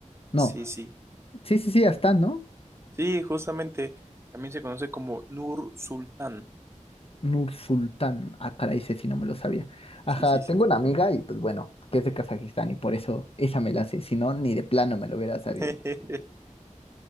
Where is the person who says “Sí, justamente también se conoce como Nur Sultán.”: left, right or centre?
Right